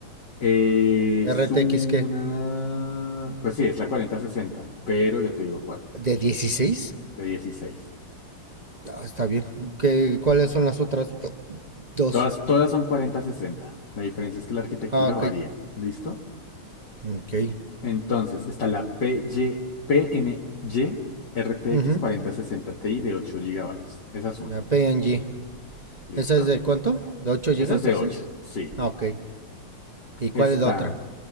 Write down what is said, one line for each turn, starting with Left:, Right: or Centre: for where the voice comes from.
Left: Es
Right: RTX,
Left: una...
Right: ¿qué?
Left: Pues sí, es la cuarenta sesenta pero ya te digo cuál.
Right: ¿De dieciséis
Left: de dieciséis
Right: Ah, está bien. ¿Qué, ¿Cuáles son las otras? Dos.
Left: Todas, todas son cuarenta sesenta La diferencia es que la arquitectura
Right: Ah, ok.
Left: varía. ¿Listo?
Right: Ok.
Left: Entonces, está la p Y, p n y r PY, PNY RTX
Right: Ujú.
Left: 4060 Ti de 8 gigabytes Esa es una.
Right: La PNG.
Left: ¿Listo?
Right: ¿Esa es de cuánto? ¿De 8 gigas,
Left: Esa es de
Right: dices?
Left: ocho Sí.
Right: Ah, ok. ¿Y cuál
Left: Está
Right: es la otra?